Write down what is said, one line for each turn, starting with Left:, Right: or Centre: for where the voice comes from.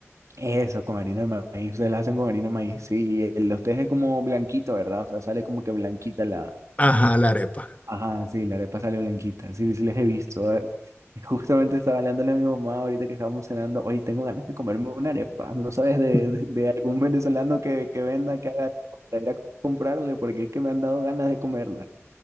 Right: Eso, con harina de maíz. Ustedes la hacen con harina de maíz, sí. Y el de ustedes es como blanquito, ¿verdad? O sea, sale como que blanquita la...
Left: Ajá, la arepa.
Right: Ajá, sí, la arepa sale blanquita. Sí, sí, les he visto. eh. Justamente estaba hablando a mi mamá ahorita que estábamos cenando. Oye, tengo ganas de comerme una arepa. ¿No sabes
Left: <laughs>
Right: de, de- de algún venezolano que, que venda, que haga arepa para ir a comprarle? Porque es que me han dado ganas de comerla.